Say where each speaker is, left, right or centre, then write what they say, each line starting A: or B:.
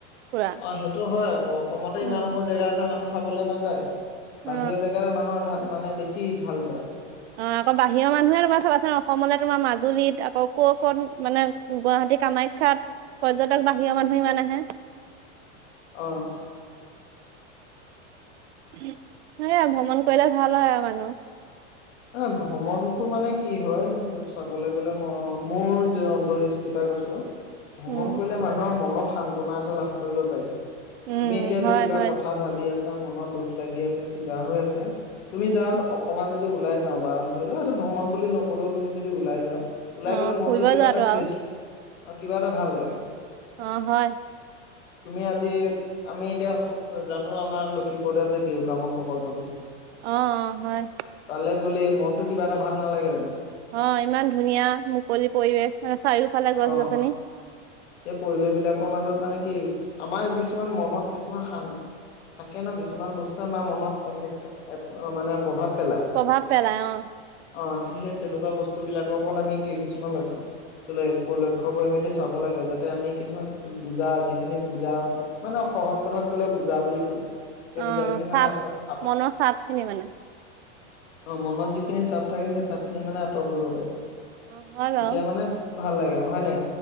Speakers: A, on the right (about 65°); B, on the left (about 75°).
A: ফুৰা
B: অ সেইটো হয় আকৌ অসমতে
A: উম,
B: ইমান সমূহ জেগা আছে মানুহ চাবলৈ নাযায়।
A: অ
B: বাহিৰৰ জেগাৰে মানুহৰ মানে বেছি ভাল পায়।
A: অ আকৌ বাহিৰৰ মানুহে তোমাৰ চাবাচোন অসমলে তোমাৰ মাজুলীত আকৌ ক' কত মানে গুৱাহাটী। যদি কামাখ্যাত পৰ্যটক বাহিৰৰ মানুহ ইমান আহে।
B: অহ।
A: সেই আৰু ভ্ৰমণ কৰিলে ভাল হয় আৰু মানুহ।
B: মানে ভ্ৰমণতটো মানে কি হয় চাবলৈ গ'লে ম মোৰ অন্তলিষ্টিপা ভ্ৰমণ
A: উম
B: কৰিলে মানুহৰ মনত সান্তনা এটা লাভ কৰিব পাৰি।
A: উম
B: তুমি এতিয়া
A: হয়
B: কিবা
A: হয়
B: কথা ভাবি আছা মনত দুখ লাগি আছে কিবা হৈ আছে। তুমি
A: উম
B: যাওঁ অকনমান যদি ওলাই যাওঁ বা ধৰি লোৱা এইেইটো ভ্ৰমণ বুলি নকলেও তুমি যদি ওলাই যাওঁ। ওলাই
A: অ
B: গলে মনতটো
A: ফুৰিব
B: কিবা
A: যোৱাটো
B: এটা ফ্ৰেছ
A: আৰু
B: কিবা এটা ভাল লাগে।
A: অ হয়
B: তুমি আজি আমি এতিয়া জানো আমাৰ লখিমপুৰতে আছে গেৰুকামুখ সকল প্ৰথম।
A: অ অ হয়
B: তালৈ গ'লে মনতটো কিবা এটা ভাল নালাগে জানো।
A: অ ইমান ধুনীয়া মুকলি পৰিৱেশ মানে চাৰিওফালে গছ-
B: অ',
A: গছনি।
B: এই পৰিৱেশ বিলাকৰ মাজত মানে কি আমাৰ কিছুমান মনত কিছুমান শান্ত থাকে ন কিছুমান বস্তুৱে আমাৰ মনত এফে মানে প্ৰভাৱ পেলাই
A: প্ৰভাৱ পেলাই অ
B: অ ঠিক সেই তেনেকুৱা বস্তু। বস্তু বিলাকৰ ওপৰত আমি কি কিছুমান লক্ষ্য চলে লক্ষ্য কৰি মেলি চাব লাগে। যাতে আমি কিছুমান বুজা যিখিনি বুজা মানে সহজ কথাত কলে বুজা বুলি কয়। এই
A: অ',
B: বুজাই খিনি মানে
A: চাপ
B: আত আত
A: মনৰ চাপ খিনি মানে
B: অ মনত যিখিনি চাপ থাকে সেই চাপ খিনি মানে আঁতৰ কৰিব পাৰি
A: অ', হয়
B: তেতিয়া
A: বাৰু
B: মানে ভাল লাগে অঁ হয় নাই।